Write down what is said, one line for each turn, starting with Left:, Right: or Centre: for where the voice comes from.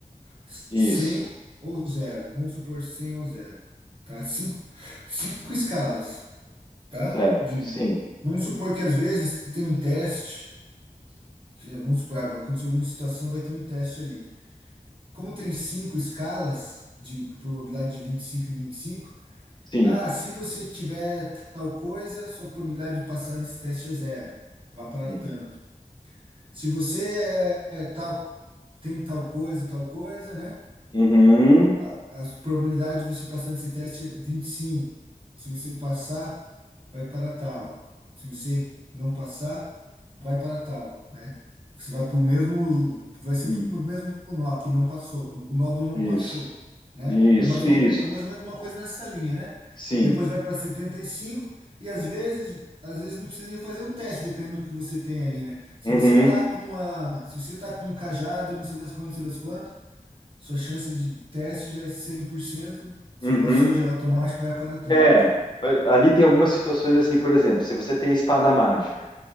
Right: cem
Left: isso,
Right: ou zero. Vamos supor 100 ou zero, tá? Cinco, cinco escalas, tá?
Left: certo?
Right: De,
Left: Sim,
Right: vamos supor que às vezes tem um teste, que, vamos supor, ah, vai acontecer alguma situação, vai ter um teste ali. Como tem cinco escalas de probabilidade de vinte e cinco e vinte e cinco
Left: sim.
Right: Ah, se você tiver tal coisa, sua probabilidade de passar nesse teste é zero. Vá para
Left: Uhum,
Right: tanto. Se você é, é tal, tem tal coisa, tal coisa, né?
Left: uhum,
Right: a, a probabilidade de você passar nesse teste é vinte e cinco Se você passar, vai para tal. Se você não passar, vai para tal, né? Você vai para o mesmo, vai sempre
Left: uhum,
Right: para o mesmo nó que não passou, o nó do não
Left: isso,
Right: passou, né?
Left: isso,
Right: É mais uma,
Left: isso.
Right: uma- mais ou menos uma coisa nessa linha, né?
Left: Sim.
Right: Depois vai para 75 e cinco e às vezes, às vezes não precisa nem fazer o teste, dependendo do que você tem ali, né? Se
Left: Uhum,
Right: você tá com a, se você tá com o cajado, não sei das quantas, não sei das quantas, sua chance de teste já é 100% você
Left: uhum.
Right: passou, já é automático, vai aparatando.
Left: É, ali tem algumas situações assim, por exemplo, se você tem a espada mágica,